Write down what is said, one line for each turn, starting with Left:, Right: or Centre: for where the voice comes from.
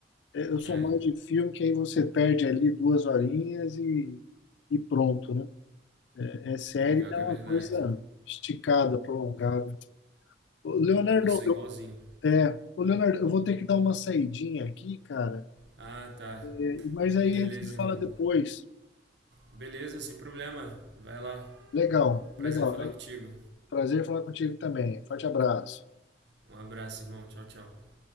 Left: É, Eu sou
Right: É,
Left: mais de filme, que aí você perde ali duas horinhas e, e pronto, né? É série,
Right: pô, pior
Left: é
Right: que
Left: uma
Right: é verdade.
Left: coisa esticada, prolongada. Ô, Leonardo,
Right: Eu sou igualzinho.
Left: É, ô Leonardo, eu vou ter que dar uma saidinha aqui, cara,
Right: Ah, tá.
Left: é, mas aí
Right: Beleza,
Left: a gente se
Right: irmão.
Left: fala depois.
Right: Beleza, sem problema. Vai lá.
Left: Legal, legal.
Right: Prazer falar contigo.
Left: Prazer falar contigo também. Forte abraço.
Right: Um abraço, irmão. Tchau, tchau.